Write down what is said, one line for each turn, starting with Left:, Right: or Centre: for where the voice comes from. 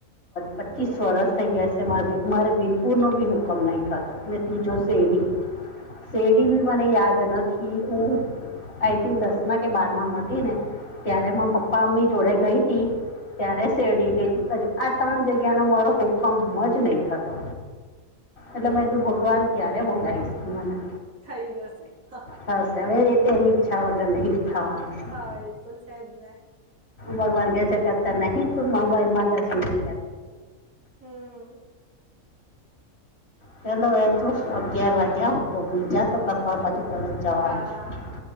Left: પચીસ
Right: હમ
Left: વરષ થઇ ગયા. મારે વીરપુરનો બી હુકમ નહીં થાતો અને ત્રીજો શેરડી. શેડી
Right: હ
Left: ભી મને યાદ નથી હું આઈ થિંક દસ માં કે બાર માં મા હતી ને ત્યારે મા પપ્પા અમ્મી જોડે ગઈ ત હતી ત્યારે શેરડી ગઈતી. હજુ આ ત્રણ જગ્યા નો મારો હુકમ જ નહી થતો. એટલે મેં તું ભગવાન ક્યારે બોલાઈશું મને?
Right: થઈ જશે હ.
Left: સરશે હવે એ રીતે એની ઈચ્છા વગર નહી થવાની છે.
Right: હા એ તો છે જ ને
Left: ભગવાન કસ કરતા નહી તું મ માં દર્શન કર.
Right: હમ
Left: ચલો વચું અગિયાર વાગ્યા તો ભઈ જ તો કફર્મ પછી કોલેજ જવાનું
Right: હા
Left: છે.